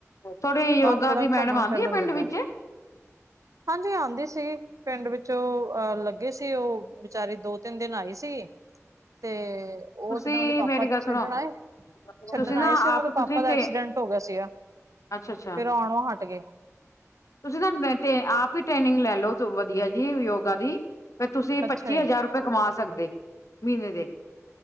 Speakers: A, on the left; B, on the right.
A: ਥੋੜੀ ਯੋਗਾ
B: ਪਰ ਥੋੜਾ
A: ਦੀ ਮੈਡਮ
B: ਘੁੰਮਾ
A: ਆਉਂਦੀ
B: ਫਿਰਨ
A: ਹੈ
B: ਵੀ
A: ਪਿੰਡ
B: ਹੁੰਦੈ।
A: ਵਿੱਚ
B: ਹਾਂਜੀ, ਆਂਦੀ ਸੀਗੀ ਪਿੰਡ ਵਿੱਚ ਓ ਅ ਲੱਗੇ ਸੀ ਓ ਵਿਚਾਰੀ ਦੋ ਤਿੰਨ ਦਿਨ ਆਈ ਸੀ ਤੇ ਉਹ
A: ਤੁਸੀਂ
B: ਇੱਕ ਦਿਨ ਉਹਦੇ ਪਾਪਾ
A: ਮੇਰੀ
B: ਛੱਡਣ
A: ਗੱਲ ਸੁਣੋ
B: ਆਏ। ਛੱਡਣ
A: ਤੁਸੀਂ ਨਾ
B: ਆਏ ਸੀ ਉਹ
A: ਆਪ
B: ਉਹਦੇ ਪਾਪਾ
A: ਤੁਸੀਂ
B: ਦਾ
A: ਟੇ
B: ਐਕਸੀਡੈਂਟ ਹੋ ਗਿਆ ਸੀਗਾ
A: ਅੱਛਾ-ਅੱਛਾ
B: ਫੇਰ ਆਉਣੇ ਹਟ ਗਏ।
A: ਤੁਸੀਂ ਨਾ ਬੇਟੇ ਆਪ ਹੀ ਟ੍ਰੇਨਿੰਗ ਲੈ ਲਓ ਵਧੀਆ ਜੀ ਯੋਗਾ ਦੀ। ਫੇਰ ਤੁਸੀਂ
B: ਅੱਛਾ
A: ਪੱਚੀ
B: ਜੀ
A: ਹਜ਼ਾਰ ਰੁਪਏ ਕਮਾ ਸਕਦੇ ਮਹੀਨੇ ਦੇ।